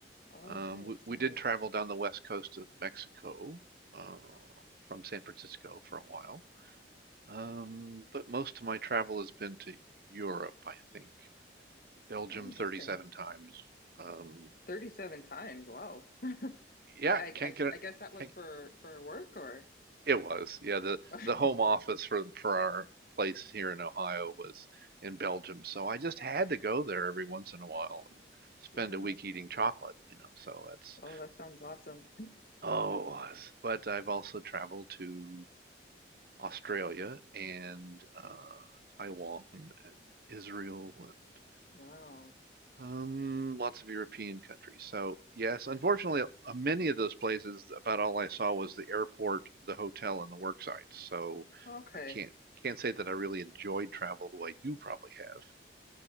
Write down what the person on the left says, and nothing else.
oh,
nice,
nice.
Oh, interesting.
37 times. Wow. <laughs>
Well, I,
I
I guess that was
for for work or
<laughs>
yeah.
Oh, that sounds awesome. <laughs>
Wow.
Okay.